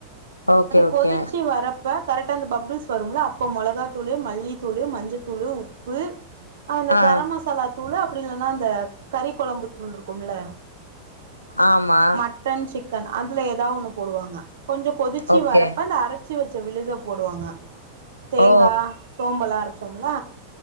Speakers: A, on the left (about 85°); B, on the right (about 60°).
A: ஓகே ஓகே
B: கொதிச்சி வரப் இப்ப கரெக்டா அந்த பபுள்ஸ் வரும்ல அப்போ மொளகா தூளு மல்லித்தூளு மஞ்சள்த்தூளு உப்பு அந்த
A: ஆ
B: கரம் மசாலா தூளு அப்டி இல்லனா அந்த கறி கொழம்பு தூள் இருக்கும்ல
A: ஆமா
B: மட்டன் சிக்கன் அதுல எதா ஒண்ணு போடுவாங்க கொஞ்சோ கொதிச்சி
A: ஓகே
B: வரப் ப்ப அந்த அரச்சி வச்ச விழுத போடுவாங்க தேங்கா
A: ஓ
B: சோம்பெல்லா அரச்சோம்ல